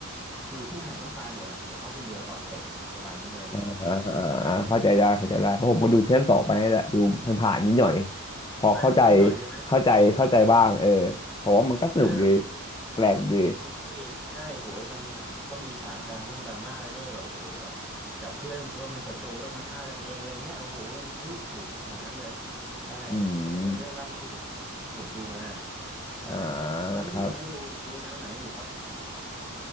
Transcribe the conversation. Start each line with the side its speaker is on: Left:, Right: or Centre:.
Centre: คือคู่แข่งต้องตายหมดอะเหลือเขาคนเดียวตอนจบอะครับประมาณนั้นเลย
Left: อ่าอ่า
Centre: ใช่
Left: อ่าเข้าใจได้เข้าใจได้เพราะผมก็ดูซีซั่นสองไปนี่แหละดูมันผ่านๆนิดหน่อยพอเข้าใจ
Centre: ใช่ไหมนิดหน่อยใช่ไหม
Left: เข้าใจเข้าใจบ้างเออ
Centre: ก็ดู
Left: เพราะว่ามันก็สนุกดี
Centre: เออโห
Left: แปลกดี
Centre: พวกนี้ใช่โหมันมันก็มีฉากดราม่งดราม่าด้วยแบบโอ้โหแบบจากเพื่อนก็เป็นศัตรูต้องมาฆ่ากันเองอะไรเงี้ยโอ้โหมันเฮ้ยโอ้โหมันขนาดนั้นเลยใช่ก็เนี่ยก็เรื่องล่าสุดที่ผมที่ผมดูมา
Left: อืม
Centre: ใช่แล้วตอนนี้คุณไม้ดูดูแนวไหนอยู่ครับ
Left: อ่าครับ